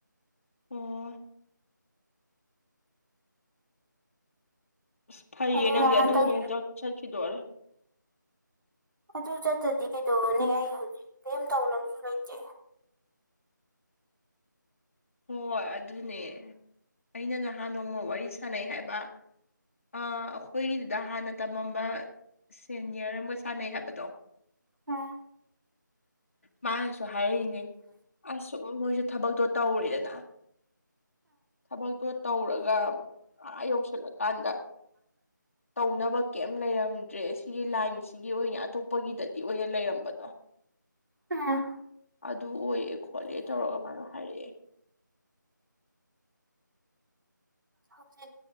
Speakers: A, on the left; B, on the right.
A: ꯑꯣꯑꫭ ꯑꯁ ꯐꯩꯌꯦ
B: ꯑꯗꯨꯅ
A: ꯅꯪꯗꯤ
B: ꯍꯟꯗꯛ
A: ꯑꯗꯨ ꯑꯃꯨꯛ ꯆꯠꯈꯤꯗꯣꯔꯦ
B: ꯑꯗꯨ ꯆꯠꯇ꯭ꯔꯗꯤ ꯀꯩꯗꯧꯕꯅꯤ ꯑꯩ ꯍꯧꯖꯤꯛ ꯀꯔꯤꯝ ꯇꯧꯅꯕꯁꯨ ꯂꯩꯇꯦ
A: ꯍꯣꯏ ꯑꯗꯨꯅꯦ ꯑꯩꯅ ꯅꯍꯥꯟ ꯅꯣꯡꯃ ꯋꯥꯔꯤ ꯁꯥꯟꯅꯩ ꯍꯥꯏꯕ ꯑ‌ ꯑꯈꯣꯏꯒꯤꯗꯨꯗ ꯍꯥꯟꯅ ꯇꯝꯃꯝꯕ ꯁꯦꯅꯤꯌ꯭ꯔ ꯑꯝꯒ ꯁꯥꯟꯅꯩ ꯍꯥꯏꯕꯗꯣ
B: ꯎꯝ
A: ꯃꯥꯥꯅꯁꯨ ꯍꯥꯏꯔꯛꯏꯅꯦ ꯑꯁ ꯁꯨꯝ ꯃꯣꯏꯁꯨ ꯊꯕꯛꯇꯣ ꯇꯧꯔ‌ꯦꯗꯅ ꯊꯕꯛꯇꯣ ꯇꯧꯔꯒ ꯑꯥ ꯌꯧꯁꯜꯂꯀꯥꯟꯗ ꯇꯧꯅꯕ ꯀꯩꯝ ꯂꯩꯔꯝꯗ꯭ꯔꯦ ꯁꯤꯒꯤ ꯂꯥꯏꯟꯁꯤꯒꯤ ꯑꯣꯏꯅ ꯑꯇꯣꯞꯄꯒꯤꯗꯗꯤ ꯑꯣꯏꯅ ꯂꯩꯔꯝꯕꯗꯣ <inaudible>
B: ꯎꯝ
A: ꯑꯗꯨ ꯑꯣꯏꯌꯦ ꯈꯣꯠꯂꯦ ꯇꯧꯔꯒ ꯃꯥꯗꯣ ꯍꯥꯏꯔꯛꯑꯦ
B: ꯍꯧꯖꯤꯛ